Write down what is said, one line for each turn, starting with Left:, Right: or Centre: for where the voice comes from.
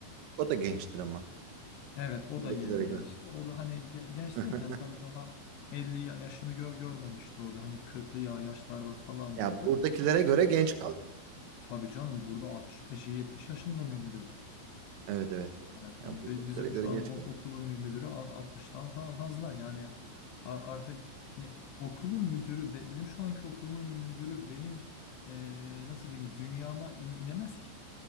Right: O da gençtir ama.
Left: Evet o
Right: Buradakilere
Left: da gen-
Right: göre.
Left: gençti. O da hani ge- genç
Right: <laughs>
Left: derken tabii daha 50 ya- yaşını gö- görmemişti o da. Hani kırklı ya- yaşlarda falandı
Right: Ya
Left: o da.
Right: buradakilere göre genç kalıyor.
Left: Tabii canım burada 65-70 yaşında mı müdür
Right: Evet evet.
Left: Yani
Right: Ya
Left: bi-
Right: buradakilere
Left: bizim
Right: göre
Left: şu
Right: geç
Left: an ok-
Right: kalıyor.
Left: okulun mü- müdürü alt- 60'tan fa- fazla yani a- artık hani okulun müdürü be- benim şu anki okulumun müdürü benim eee, nasıl diyeyim dünyama in- inemez ki.